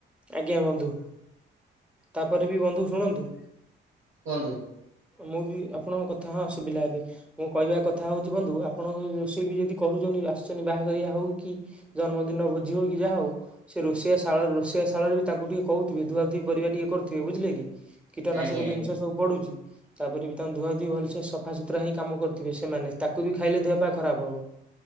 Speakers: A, in the centre; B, on the right.
A: ଆଜ୍ଞା ବନ୍ଧୁ। ତାପରେ ବି ବନ୍ଧୁ ଶୁଣନ୍ତୁ
B: କୁହନ୍ତୁ
A: ମୁଁ ବି ଆପଣଙ୍କ କଥା ହଁ ସୁବିଲା ଏବେ। ମୋ କହିବା କଥା ହଉଚି ବନ୍ଧୁ ଆପଣଙ୍କ ରୋଷେଇ ବି ଯଦି କରୁଛନ୍ତି ଆସିଛନ୍ତି ବାହାଘରିଆ ହଉ କି ଜନ୍ମଦିନ ଭୋଜି ହଉ କି ଯାହା ହଉ ସେ ରୋଷେଇଆ ଶାଳ ରୋଷିଆ ଶାଳରେ ବି ତାଙ୍କୁ ଟିକେ କହୁଥିବେ ଧୁଆ ଧୁଇ ପରିବା ଟିକେ କରୁଥିବେ ବୁଝିଲେ କି? କୀଟନାଶକ
B: ଆଜ୍ଞା
A: ଜିନିଷ
B: ଆଜ୍ଞା
A: ସବୁ ପଡୁଛି। ତାପରେ ବି ତାଙ୍କୁ ଧୁଆ ଧୁଇ ଭଲସେ ସଫା ସୁୁତୁରା ହେଇ କାମ କରୁଥିବ ସେମାନେ ତାକୁ ବି ଖାଇଲେ ଦେହ ପା ଖରାପ ହବ,